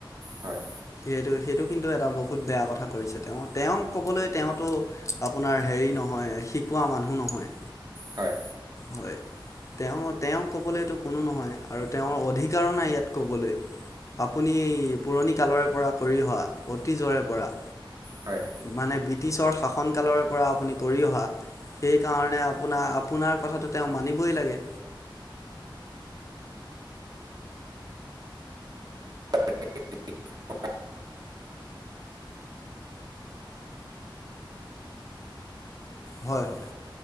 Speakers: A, on the right (about 50°); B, on the left (about 35°).
A: হয়।
B: সেইটো সেইটো কিন্তু এটা বহুত বেয়া কথা কৰিছে। তেওঁ তেওঁ ক'বলৈ তেওঁতো আপোনাৰ হেৰি নহয়, শিকোৱা মানুহ নহয়।
A: হয়।
B: হয়। তেওঁ তেওঁ ক'বলৈতটো কোনো নহয় আৰু তেওঁৰ অধিকাৰো নাই ইয়াত ক'বলৈ। আপুনি পুৰণি কালৰে পৰা কৰি অহা অতীজৰে পৰা।
A: হয়।
B: মানে ব্ৰিটিছৰ শাসন কালৰ পৰা আপুনি কৰি অহা সেইকাৰণে আপোনাৰ আপোনাক কথাটো তেওঁ মানিবই লাগে।
A: <unintelligible>
B: হয় হয়।